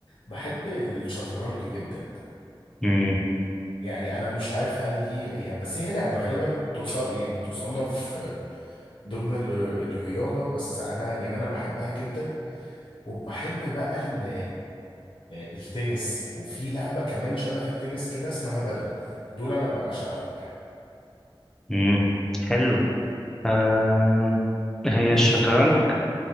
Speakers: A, on the left (about 80°); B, in the centre.
A: بحب الشطرنج جدا
B: امم
A: يعني أنا مش عارف هل دي يعني بس هي لعبة غالبا تص- يعني تصنف ضمن ال- الرياضة بس أنا يعني أنا بحبها جدا وبحب بقى ال- التنس وفي لعبة كمان شبه التنس كده اسمها بدل دول انا بعشقهم يعني
B: امم حلو أه هي الشطرنج
A: انت بقى بتحب ايه